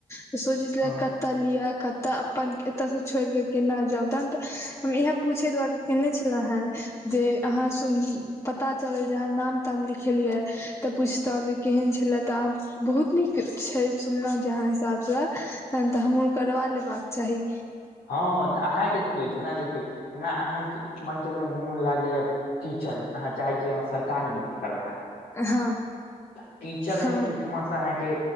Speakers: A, on the left; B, on the left.
A: तऽ सोचै छलिया
B: मे
A: कऽत कतऽ लिअ कतऽ अपन एतयसँ छोड़ कऽ केना जाब तहन तऽ हम इएह पूछै दुआरे केने छेलौंहा जे अहाँ सु पता चल जे नाम ताम लिखेलियै तऽ पुछतहुँ जे केहन छलै तऽ आब बहुत नीक छै सुनलहुँ जे अहाँ हिसाबसँ तहन तऽ हमहूँ करवा लेबाक चाही
B: हँ तऽ अहाँके देखियौ जेना देखियौ जेना अहाँके मान चलू मुन लागैया टीचर अहाँ चाहै छी जे हमरा सरकारी नौकरी करबाक
A: हँ
B: तऽ टीचर
A: हँ
B: मे ओइठमा सॅं अहाँके